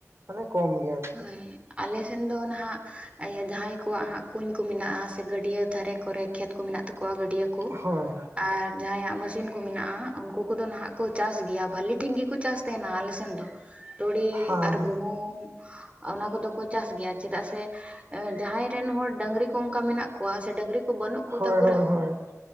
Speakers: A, on the right; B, on the right.
A: ᱢᱟᱱᱮ ᱠᱚᱢ ᱜᱮᱭᱟ ᱾
B: ᱦᱳᱭ ᱟᱞᱮ ᱥᱮᱱ ᱫᱚ ᱱᱟᱦᱟᱜ ᱤᱭᱟᱹ ᱡᱟᱦᱟᱸᱭ ᱠᱚᱣᱟᱜ ᱦᱟᱸᱜ ᱠᱩᱧ ᱠᱚ ᱢᱮᱱᱟᱜᱼᱟ ᱥᱮ ᱜᱟᱹᱰᱭᱟᱹ ᱫᱷᱟᱨᱮ ᱠᱚᱨᱮ ᱠᱷᱮᱛ ᱠᱚ ᱢᱮᱱᱟᱜ ᱛᱟᱠᱚᱣᱟ, ᱜᱟᱹᱰᱭᱟᱹ ᱠᱩ
A: ᱦᱳᱭ
B: ᱟᱨ ᱡᱟᱦᱟᱸᱭᱟᱜ ᱢᱟᱥᱤᱱ ᱠᱚ ᱢᱮᱱᱟᱜᱼᱟ, ᱩᱱᱠᱩ ᱠᱚᱫᱚ ᱱᱟᱦᱟᱜ ᱠᱚ ᱪᱟᱥ ᱜᱮᱭᱟ ᱵᱷᱟᱞᱤ ᱴᱷᱤᱠ ᱜᱮᱠᱚ ᱪᱟᱥ ᱛᱟᱦᱮᱱᱟ, ᱟᱞᱮ ᱥᱮᱱ ᱫᱚ ᱾ ᱛᱩᱲᱤ
A: ᱦᱮᱸ
B: ᱟᱨ
A: ᱦᱮᱸ
B: ᱜᱩᱦᱩᱢ ᱚᱱᱟ ᱠᱚᱫᱚ ᱠᱚ ᱪᱟᱥ ᱜᱮᱭᱟ ᱾ ᱪᱮᱫᱟᱜ ᱥᱮ ᱡᱟᱦᱟᱸᱭ ᱨᱮᱱ ᱦᱚᱲ ᱰᱟᱝᱨᱤ ᱠᱚ ᱚᱱᱠᱟ ᱢᱮᱱᱟᱜ ᱠᱚᱣᱟ, ᱥᱮ ᱰᱟᱝᱨᱤ ᱵᱟᱹᱱᱩᱜ ᱠᱚᱛᱟᱠᱚ
A: ᱦᱳᱭ ᱦᱳᱭ
B: ᱨᱮᱦᱚᱸ
A: ᱦᱳᱭ